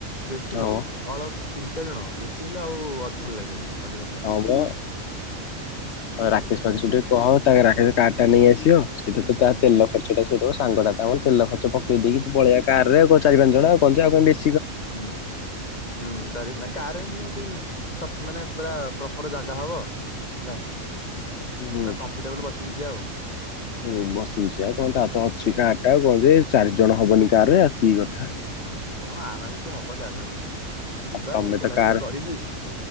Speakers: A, on the left; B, on the left.
A: ବେଶୀ
B: ହଁ
A: ନୁହଁ ଅଳପ ତିନି ଚାରି ଜଣ ବେଶୀ ହେଲେ ଆଉ-ଉ-ଉ ଭଲ ଲାଗିବନି। ଅଧିକ ପିଲା ହେଲେ।
B: ହଁ ବ ରାକେଶ୍
A: ହୁଁ
B: ପାକେଶ୍ ଟିକେ କହ ତାଙ୍କେ ରା ସେ କାର୍ ଟା ନେଇ ଆସିବ ସେଇଟା ତ
A: ହୁଁ
B: ତା
A: ହୁଁ।
B: ତେଲ ଖର୍ଚ୍ଚଟା ସିଏ ଦବ ସାଙ୍ଗଟା ତମର ତେଲ ଖର୍ଚ୍ଚ ଚ ପକେଇ
A: ହୁଁ
B: ଦେଇକି ଏଠୁ ପଳେଇବା
A: ହୁଁ
B: କାର୍ ରେ ଆଉ କଣ ଚାରି ପାଞ୍ଚ ଜଣ ଆଉ କଣ ଯେ ବେଶ୍
A: ହୁଁ ହୁଁ ଚାରି ପାଁ କାର ରେ ଏମିତି ସତ୍ ମାନେ ପୁରା ପ୍ରପର ଜାଗା ହବ ହେଲା।
B: ହୁଁ
A: ପୁରା କମ୍ଫର୍ଟେବୁଲ ବସିକି ଯିବା ଆଉ।
B: ହୁଁ ବସିିକି ଯିବା ଆଉ କଣ ତାର ତ ଅଛି କାର୍ ଟା ଆଉ କଣ ଯେ ଚାରି ଜଣ ହବନି କାର୍ ରେ ଆଉ କି କଥା।
A: ହଁ ଆରାମ ସେ ହବ ଚାରିଜଣ। ଯିବା
B: ଆଉ ତମେ
A: ବୁଲାବୁଲି
B: ତ କାର
A: କରିକି